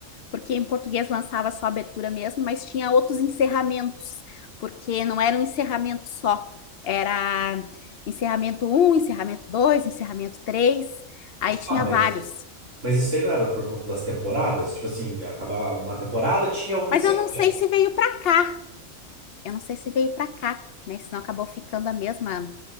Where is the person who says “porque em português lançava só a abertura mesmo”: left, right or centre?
Left